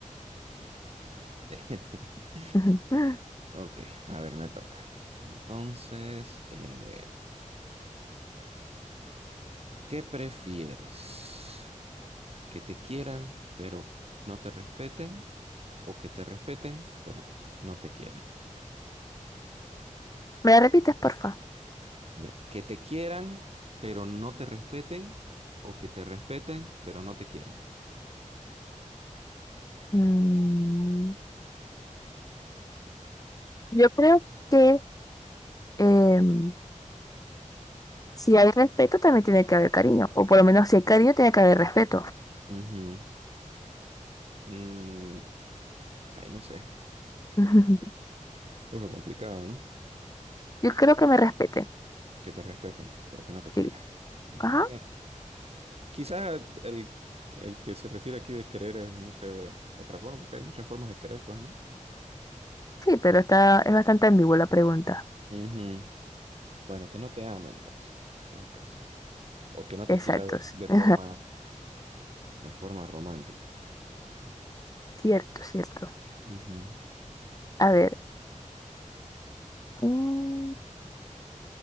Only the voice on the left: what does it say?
<laughs> Ujú.
¿Me la repites, porfa?
Mm, yo creo que em, si hay respeto también tiene que haber cariño, o por lo menos si hay cariño tiene que haber respeto.
<laughs>
Yo creo que me respete,
sí.
Ajá,
sí, pero está, es bastante ambigua la pregunta.
Exacto.
sí.
<laughs>
Cierto, cierto.
A ver. mm,